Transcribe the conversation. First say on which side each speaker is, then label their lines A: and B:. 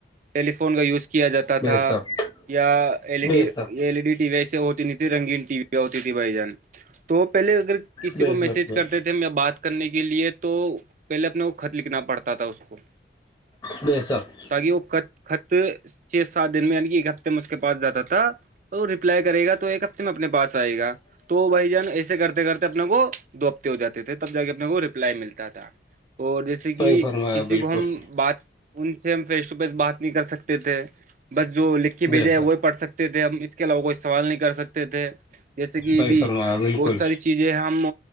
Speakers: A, on the right (about 45°); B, on the left (about 25°).
A: ٹیلیفون کا یوز کر کیا جاتا
B: بے
A: تھا
B: شک
A: یا ایل ای
B: بے
A: ڈی
B: شک
A: L E D T V ایسے ہوتی نہیں تھی رنگین ٹی ویا ہوتی تھی بھائی جان تو پہلے اگر کسی
B: بے
A: کو میسج
B: شک بے
A: کرتے
B: شک
A: تھے ہم یا بات کرنے کے لیے تو پہلے اپنے کو خط لکھنا پڑتا تھا اس کو
B: نہیں سب <inaudible>
A: کہ وہ خ خط چھ سات دن میں یعنی کہ ایک ہفتے میں اس کے پاس جاتا تھا ریپلائی کرے گا تو ایک ہفتے میں اپنے پاس آئے گا تو بھائی جان ایسے کرتے کرتے اپنے کو دو ہفتے ہو جاتے تھے تب جا کے اپنے کو ریپلائی ملتا تھا اور جیسے ج
B: صحیح
A: کہ
B: فرمایا
A: کسی
B: بالکل
A: کو ہم بات ان سے ہم فیس ٹو فیس بات نہیں کر سکتے تھے بس جو لکھ کے بھیجے
B: بے شک
A: وہ پڑھ سکتے تھے ہم علاوہ کوئی سوال نہیں کر سکتے تھے جیسے کہ
B: صحیح
A: بھی
B: فرمایا بالکل
A: بہت ساری چیز چیزیں ہم